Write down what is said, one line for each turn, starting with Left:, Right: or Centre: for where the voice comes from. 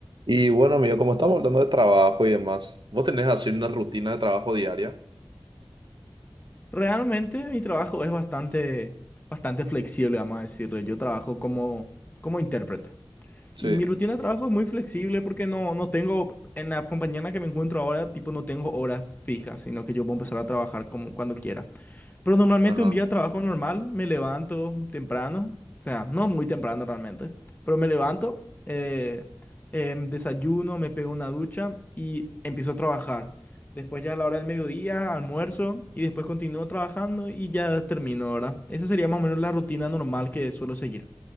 Right: Y bueno, amigo, como estamos hablando de trabajo y demás, ¿vos tenés así una rutina de trabajo diaria?
Left: Realmente mi trabajo es bastante, bastante flexible, vamos a decirlo. Yo trabajo como, como intérprete.
Right: Sí,
Left: Y mi rutina de trabajo es muy flexible porque no, no tengo, en la compañía en la que me encuentro ahora, tipo, no tengo horas fijas, sino que yo puedo empezar a trabajar como cuando quiera. Pero normalmente
Right: ajá.
Left: un día de trabajo normal, me levanto temprano, o sea, no muy temprano realmente, pero me levanto, eh, em, desayuno, me pego una ducha y empiezo a trabajar. Después ya a la hora del mediodía, almuerzo y después continúo trabajando y ya termino, ¿verdad? Esa sería más o menos la rutina normal que suelo seguir.